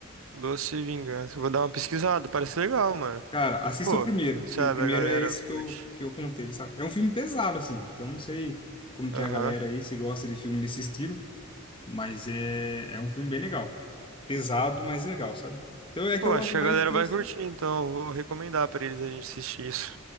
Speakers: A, on the right; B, on the left.
A: Doce Vingança. Vou dar uma pesquisada. Parece legal, mano.
B: Cara, assista
A: Pô,
B: o primeiro,
A: quem sabe
B: que o primeiro
A: a galera
B: é esse
A: curte.
B: que eu, que eu contei, sabe? É um filme pesado, assim, então não sei como que
A: Aham.
B: é a galera aí, se gosta de filme nesse estilo, mas é, é um filme bem legal. Pesado, mas legal, sabe? Então é
A: Pô,
B: que eu gosto
A: acho que
B: mais
A: a galera
B: desse.
A: vai curtir, então. Eu Vou recomendar pra eles a gente assistir isso.